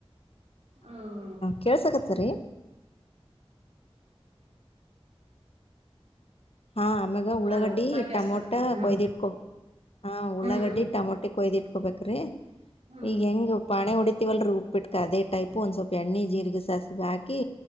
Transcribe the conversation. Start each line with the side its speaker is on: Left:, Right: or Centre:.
Right: ಹ್ಮ
Left: ಕೇಳ್ಸಕತ್ತರಿ ಹಾ ಆಮ್ಯಾಗ ಉಳ್ಳಾಗಡ್ಡಿ
Right: ಹಲೋ ಹಾ ಕೇಳ್ಸಕತ್
Left: ಟಮೊಟ
Right: ಹ್ಮ್
Left: ಕೊಯ್ದು ಇಟ್ಕೊ ಹಾ ಉಳ್ಳಾಗಡ್ಡಿ
Right: ಹ್ಮ್
Left: ಟಮೊಟೆ ಕೊಯ್ದ ಇಟ್ಕೊಬೇಕ್ರಿ
Right: ಹ್ಮ್
Left: ಈಗ ಹೆಂಗ್ ಪಾಣೆ ಹೊಡ ವಲ್ರು ಉಪ್ಪಬಿಟ್ಕ ಅದೇ ಟೈಪ್ ಒಂದ್ ಸ್ವಲ್ಪ ಎಣ್ಣ ಜೀರಿಗೆ ಸಾಸಿವ ಹಾಕಿ